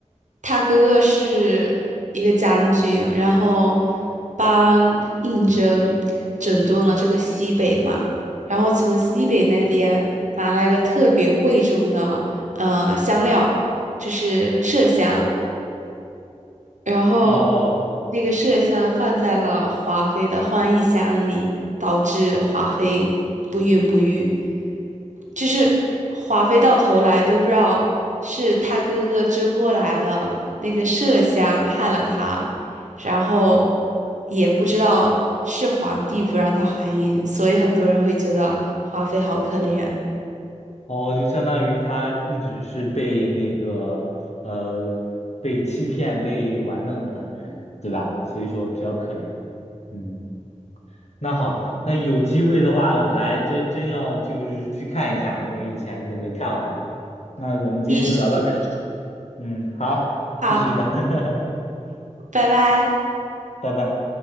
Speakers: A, on the right (about 75°); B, on the left (about 60°).
A: 她哥哥是一个将军，然后帮胤禛整顿了这个西北嘛，然后从西北那边拿来个特别贵重的呃香料，就是麝香，然后
B: 哦
A: 那个麝香放在了华妃的欢宜箱里，导致华妃不孕不育。就是华妃到头来都不知道是他哥哥争过来的那个麝香害了她，然后也不知道是皇帝不让她怀孕，所以很多人会觉得华妃好可怜。
B: 哦，就相当于他一直是被那个呃被欺骗、被玩弄的人，对吧？所以说比较可怜。嗯，那好，那有机会的话，我还真真要就是去看一下，因为以前可能没看完。那我们今天就聊到这儿
A: 必须
B: 嗯，好，
A: 好，
B: 必须的，<laughs>
A: 拜拜。
B: 拜拜。